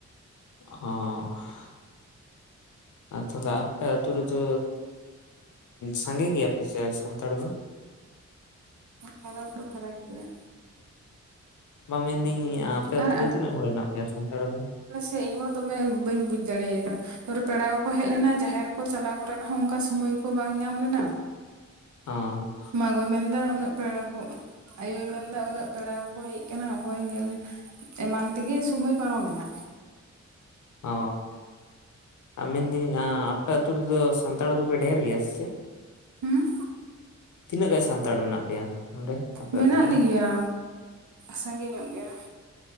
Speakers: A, on the left (about 80°); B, on the right (about 75°).
A: ᱚᱻ ᱟᱨ ᱛᱟᱦᱚᱞᱮ ᱟᱯᱮ ᱟᱹᱛᱩ ᱨᱮᱫᱚ ᱥᱟᱸᱜᱮ ᱜᱮᱭᱟᱯᱮ ᱥᱮ ᱥᱟᱱᱛᱟᱲ ᱫᱚ
B: ᱯᱷᱟᱨᱟᱠ ᱫᱚ ᱯᱷᱟᱨᱟᱠ ᱜᱮᱭᱟ
A: ᱵᱟ ᱢᱮᱱᱫᱤᱧ ᱟᱯᱮ ᱟᱛᱩ
B: ᱟᱨ
A: ᱨᱮ ᱛᱤᱱᱟᱹᱜ ᱦᱚᱲ ᱦᱮᱱᱟᱜ ᱯᱮᱭᱟ ᱥᱟᱱᱛᱟᱲ ᱫᱚ?
B: ᱤᱧ ᱦᱚ ᱫᱚᱢᱮ ᱵᱟᱹᱧ ᱵᱩᱡᱽ ᱫᱟᱲᱮᱭᱟᱫᱟ᱾ ᱯᱚᱨᱮ ᱯᱮᱲᱟ ᱠᱚᱠᱚ ᱦᱮᱡ ᱞᱮᱱᱟ ᱡᱟᱦᱮᱨ ᱠᱚ ᱪᱟᱞᱟᱣ ᱠᱚᱨᱮᱱᱟᱜ ᱦᱚᱸ ᱚᱱᱠᱟ ᱥᱚᱢᱚᱭ ᱠᱚ ᱵᱟᱝ ᱧᱟᱢ ᱞᱮᱱᱟ᱾
A: ᱚ
B: ᱢᱟᱜᱳᱭ ᱢᱮᱱᱫᱟ ᱩᱱᱟᱹᱜ ᱯᱮᱲᱟ ᱠᱚ, ᱟᱭᱳ ᱢᱮᱱ ᱮᱫᱟ ᱩᱱᱟᱹᱜ ᱯᱮᱲᱟ ᱠᱚᱠᱚ ᱦᱮᱡ ᱟᱠᱟᱱᱟ᱾ ᱚᱠᱚᱭ ᱧᱮᱞ ᱮᱢᱟᱱ ᱛᱮᱜᱮ ᱥᱢᱚᱭ ᱯᱟᱨᱚᱢᱮᱱᱟ᱾
A: ᱚ ᱟ ᱢᱮᱱᱫᱤᱧ ᱟᱯᱮ ᱟᱹᱛᱩ ᱨᱮᱫᱚ ᱥᱟᱱᱛᱟᱲ ᱫᱚᱯᱮ ᱰᱷᱮᱨ ᱜᱮᱭᱟ ᱥᱮ ᱪᱮᱫ?
B: ᱦᱩᱸ
A: ᱛᱤᱱᱟᱹᱜ ᱜᱟᱡ ᱥᱟᱱᱛᱟᱲ ᱢᱮᱱᱟᱜ ᱯᱮᱭᱟ ᱚᱸᱰᱮ? ᱟᱯᱮ
B: ᱢᱮᱱᱟᱜ
A: ᱟᱹᱛᱩ ᱨᱮ?
B: ᱞᱮᱜᱮᱭᱟ ᱥᱟᱸᱜᱮ ᱧᱚᱜ ᱜᱮ